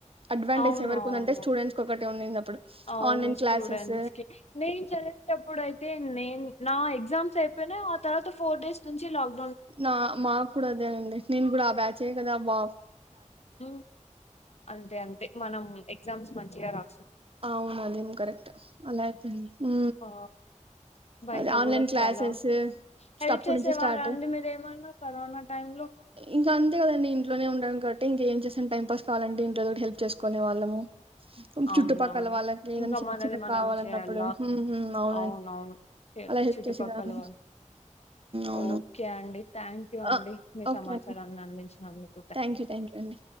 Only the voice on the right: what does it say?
అడ్వాంటేజ్
ఎవరికి
ఉందంటే స్టూడెంట్స్ కి ఒకటే ఉండింది అప్పుడు
ఆన్లైన్
క్లాసెస్
నా మాకు కూడా అదేనండి నేను కూడా ఆ బ్యాచే కదా వాహ్
అ అవునదేం కరెక్ట్ అలా అయిపోయింది ఊ
అదే ఆన్లైన్
క్లాసెస్
జస్ట్
అప్పుడు
నుంచే స్టార్ట్
ఇంకా అంతే కదండి ఇంట్లోనే ఉండడం ఇకేం చేసాను టైం పాస్ కావాలంటే ఇంట్లో ఏదో ఒకటి హెల్ప్ చేసుకునే వాళ్ళము
చుట్టూ పక్క క్కల వాళ్ళకి ఏదనా
చిన్న
చిన్న
కావాలన్నప్పుడుఊ
ఊ అవునండి
అలా హెల్ప్
చేసేదాన్ని
అవును
ఆ!
ఓకే
అండి
థ్యాంక్ యూ థ్యాంక్ యూ అండి